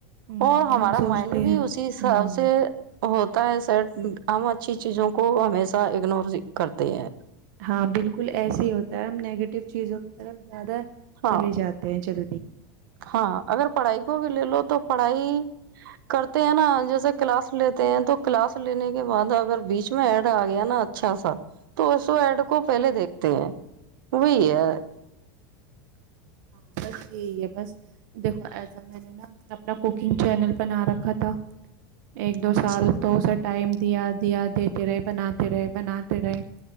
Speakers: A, on the right (about 55°); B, on the right (about 75°).
A: ہوں
B: اور ہمارا
A: ہم سوچتے
B: مائنڈ
A: ہیں
B: بھی اسی
A: ہوں
B: حساب سے ہوتا ہے سرام اچھی چیزوں کو ہمیشہ اگنور کرتے ہیں
A: ہاں بالکل ایسے ہی ہوتا ہے ہم نگیٹو چیزوں کی طرف زیادہ
B: ہاں
A: چلے جاتے ہیں چل ج <unintelligible> <inaudible>
B: ہاں اگر پڑھائی کو بھی لے لو تو پڑھائی کرتے ہیں نا جیسے کلاس لیتے ہیں تو کلاس لینے کے بعد اگر بیچ میں ایڈ آ گیا نا اچھا سا تو اسو ایڈ کو پہلے دیکھتے ہیں وہی ہے
A: ہاں بس یہی ہے بس دیکھو ایسا میں نے نا اپنا کوکنگ چینل بنا رکھا تھا ایک دو
B: اچھا
A: سال تو سٹ ٹائم دیا دیا دیتے رہے بناتے رہے بناتے رہے